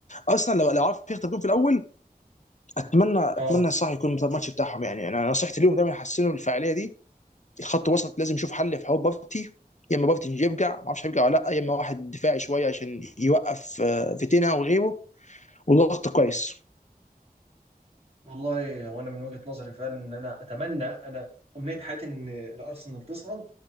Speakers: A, on the left; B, on the right.
A: ارسنال لو لو عرف يخطف جون في الاول اتمنى اتمنى
B: اه
A: صح يكون ده الماتش بتاعهم يعني انا نصيحتي ليهم دايما يحسنوا الفاعليه دي الخط الوسط لازم يشوف حل في حوار بابتي يا اما بابتي يرجع ما اعرفش هيرجع ولا لا يا اما واحد دفاعي شويه عشان يوقف آه، فيتينا وغيره والضغط كويس
B: والله هو انا من وجهة نظري فعلا ان انا اتمنى انا امنية حياتي ان الارسنال تصعد